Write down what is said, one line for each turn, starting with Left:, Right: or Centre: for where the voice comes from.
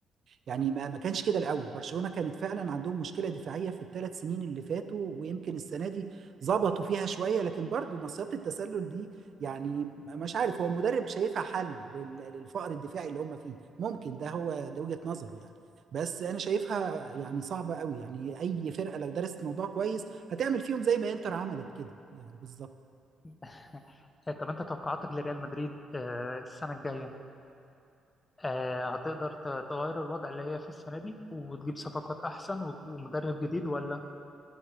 Right: يعني ما ما كانش كده الاول برشلونه كانت فعلا عندهم مشكله دفاعيه في الثلاث سنين اللي فاتوا ويمكن السنه دي ظبطوا فيها شويه لكن برضو مصيده التسلل دي يعني مش عارف هو المدرب شايفها حل لل- للفقر الدفاعي اللي هم فيه ممكن ده هو ده وجهه نظره يعني بس انا شايفها يعني صعبه قوي يعني اي فرقه لو درست الموضوع كويس هتعمل فيهم زي ما انتر عملت كده يعني بالظبط
Left: <laughs> آه، طب انت توقعاتك لريال مدريد آه، السنة الجاية آه، هتقدر ت- تغير الوضع اللي هي فيه السنة دي وتجيب صفقات أحسن و- ومدرب جديد ولا